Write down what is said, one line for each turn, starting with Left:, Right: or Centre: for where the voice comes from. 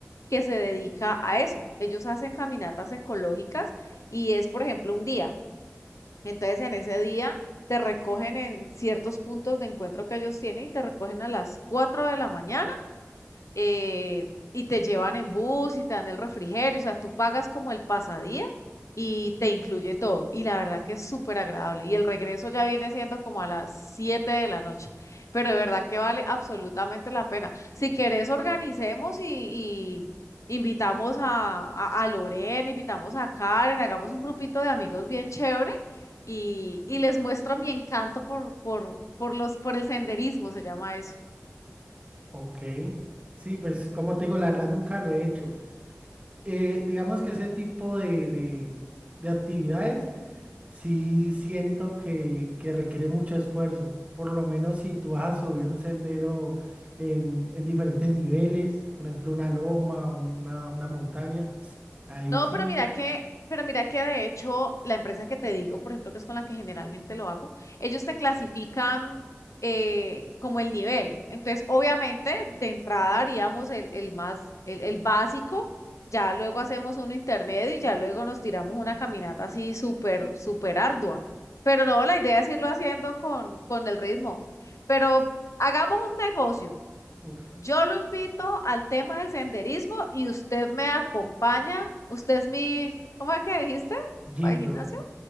Left: que se dedica a eso. Ellos hacen caminatas ecológicas y es, por ejemplo, un día. Entonces, en ese día te recogen en ciertos puntos de encuentro que ellos tienen y te recogen a las 4 de la mañana eh, y te llevan en bus y te dan el refrigerio, o sea, tú pagas como el pasadía y te incluye todo. Y la verdad que es súper agradable. Y el regreso ya viene siendo como a las 7 de la noche, pero de verdad que vale absolutamente la pena. Si querés, organicemos y... y Invitamos a, a, a Lorena, invitamos a Karen, hagamos un grupito de amigos bien chévere y, y les muestro mi encanto por, por, por los, por el senderismo, se llama eso.
Right: Ok. Sí, pues como te digo, la verdad nunca lo he hecho. eh, digamos que ese tipo de, de- de actividades sí siento que, que requiere mucho esfuerzo. Por lo menos si tú vas a subir un sendero en, en diferentes niveles, por ejemplo, una loma, una, una montaña, ahí
Left: No,
Right: sí,
Left: pero mira que, pero mira que de hecho la empresa que te digo, por ejemplo, que es con la que generalmente lo hago, ellos te clasifican eh, como el nivel. Entonces, obviamente, de entrada haríamos el, el más, el, el básico, ya luego hacemos un intermedio y ya luego nos tiramos una caminata así súper, súper ardua. Pero no, la idea es irlo haciendo con, con el ritmo. Pero hagamos un negocio.
Right: uff,
Left: Yo lo invito al tema del senderismo y usted me acompaña. Usted es mi, ¿cómo es que dijiste?
Right: Jimbro,
Left: ¿Para el gimnasio?